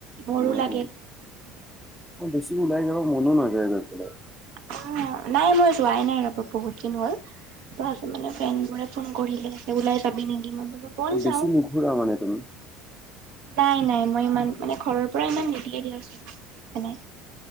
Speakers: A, on the right; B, in the centre.
A: বৰো
B: অ
A: লাগে।
B: অ বেছি ওলাই যাব মনো নাযায় গৈ পেলাই
A: অ, নাই মই যোৱাই নাই ৰ'ব বহুত দিন হ'ল। তাহাতি মানে ফ্ৰেণ্ডবোৰে ফোন কৰিলে ওলাই যাবি নিকি? মই বোলো ব'ল
B: অ বেছি
A: যাওঁ।
B: নুঘূৰা মানে তুমি
A: নাই নাই মই ইমান মানে ঘৰৰ পৰা ইমান নিদিয়ে দিয়াচোন এনে